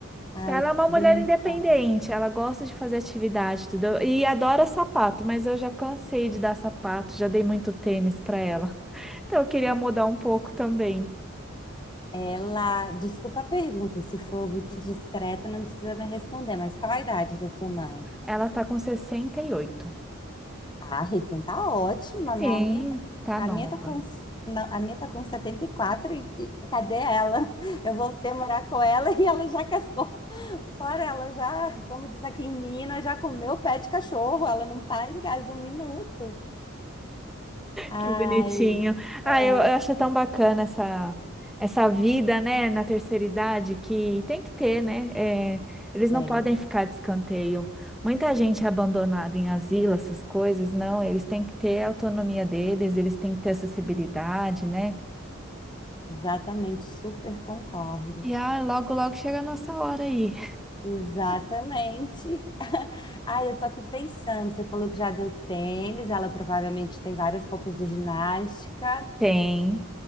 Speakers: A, on the left (about 20°); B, in the centre.
A: Ai,
B: Então ela
A: que
B: é uma mulher
A: bênção.
B: independente, ela gosta de fazer atividade, tudo. E adora sapato, mas eu já cansei de dar sapato, já dei muito tênis para ela. <laughs> Então eu queria mudar um pouco também.
A: Ela, desculpa a pergunta, se for muito indiscreta, não precisa me responder, mas qual a idade da sua mãe?
B: Ela tá com 68.
A: Ah, então tá ótima. A
B: Sim,
A: minha,
B: tá
A: a
B: nova.
A: minha tá com, não, a minha tá com 74 e, quatro e e cadê ela? Eu voltei a morar com ela e ela já cascou. Fora ela já, como diz aqui em Minas, já comeu pé de cachorro, ela não para em casa um minuto. Ai,
B: Que bonitinho. Ah,
A: é,
B: eu, eu acho tão bacana essa, essa vida, né, na terceira idade, que tem que ter, né? É, eles
A: bem,
B: não podem ficar de escanteio. Muita gente é abandonada em asilo, essas coisas, não. Eles têm que ter a autonomia deles, eles têm que ter acessibilidade, né?
A: exatamente, super concordo.
B: E ah, logo, logo chega a nossa hora aí.
A: Exatamente. <laughs> Ai, eu tô aqui pensando, você falou que já deu tênis, ela provavelmente tem várias roupas de ginástica.
B: Tem,